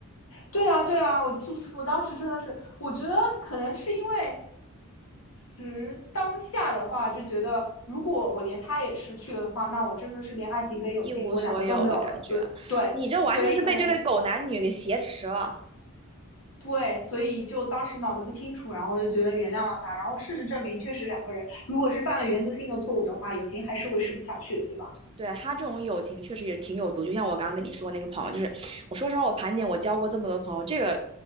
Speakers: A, on the left (about 70°); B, on the right (about 25°).
A: 对啊，对啊，我就我当时真的是，我觉得可能是因为时当下的话，就觉得如果我连他也失去了的话，那我真的是连爱情跟友情我两个都没有了。
B: 一无所有的感觉。
A: 所以对，
B: 你这完全是被这对狗男女给挟持了。
A: 所以可能对，所以就当时脑子不清楚，然后就觉得原谅了他。然后事实证明，确实两个人如果是犯了原则性的错误的话，友情还是维持不下去的，对吧？
B: 对他这种友情确实也挺有毒，就像我刚刚跟你说那个朋友，就是我说实话，我盘点我交过这么多朋友，这个